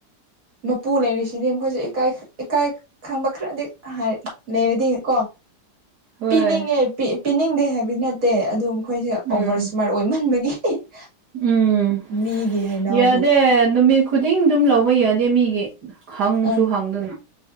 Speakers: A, on the right (about 55°); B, on the right (about 75°).
A: ꯃꯄꯨ ꯂꯩꯔꯤꯁꯤꯗꯤ ꯃꯈꯣꯏꯁꯨ ꯏꯀꯥꯏ ꯏꯀꯥꯏ ꯈꯪꯕ ꯈ꯭ꯔꯗꯤ ꯍꯥꯏ ꯂꯩꯔꯗꯤ ꯀꯣ
B: ꯍꯣꯏ
A: ꯄꯤꯅꯤꯡꯉꯦ ꯄꯤ ꯄꯤꯅꯤꯡꯗꯦ ꯍꯥꯏꯕꯗꯤ ꯅꯠꯇꯦ ꯑꯗꯨ ꯃꯈꯣꯏꯁꯦ ꯑꯣꯚꯔ
B: ꯎꯝ
A: ꯁꯃꯥꯔꯠ ꯑꯣꯏꯃꯟꯕꯒꯤ <unintelligible>
B: ꯎꯝ
A: ꯃꯤꯒꯤ ꯍꯩꯅꯧꯕꯨ
B: ꯌꯥꯗꯦ ꯅꯨꯃꯤꯠ ꯈꯨꯗꯤꯡ ꯗꯨꯝ ꯂꯧꯕ ꯌꯥꯗꯦ ꯃꯤꯒꯤ ꯍꯪꯁꯨ
A: ꯑꯪ
B: ꯍꯪꯗꯅ